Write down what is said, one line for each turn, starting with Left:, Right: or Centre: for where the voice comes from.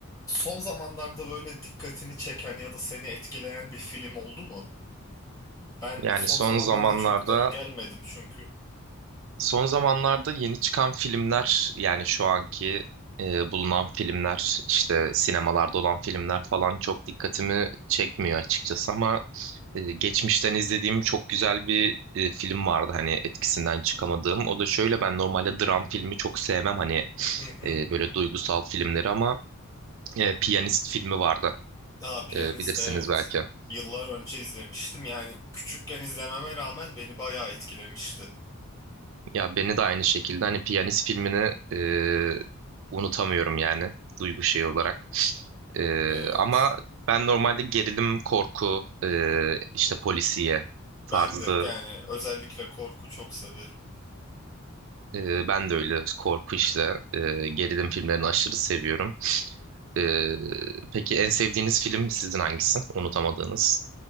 Left: Son zamanlarda böyle dikkatini çeken ya da seni etkileyen bir film oldu mu? Ben
Right: Yani
Left: son
Right: son
Left: zamanlarda
Right: zamanlarda
Left: çok denk gelmedim çünkü.
Right: son zamanlarda yeni çıkan filmler yani şu anki e, bulunan filmler işte sinemalarda olan filmler falan çok dikkatimi çekmiyor açıkçası ama e, geçmişten izlediğim çok güzel bir e, film vardı hani etkisinden çıkamadığım. O da şöyle ben normalde dram filmi çok sevmem hani
Left: Hı hı.
Right: e, böyle duygusal filmleri ama e, Piyanist filmi vardı
Left: Aa, Piyanist
Right: E, bilirsiniz
Left: evet.
Right: belki.
Left: Yıllar önce izlemiştim. Yani küçükken izlememe rağmen beni bayağı etkilemişti.
Right: Ya beni de aynı şekilde hani Piyanist filmini e, unutamıyorum yani duygu şeyi olarak. E,
Left: Evet.
Right: ama ben normalde gerilim, korku, e, işte polisiye tarzı
Left: Ben de yani özellikle korku çok severim.
Right: e, ben de öyle korku işte e, gerilim filmlerini aşırı seviyorum. E, peki en sevdiğiniz film sizin hangisi? Unutamadığınız?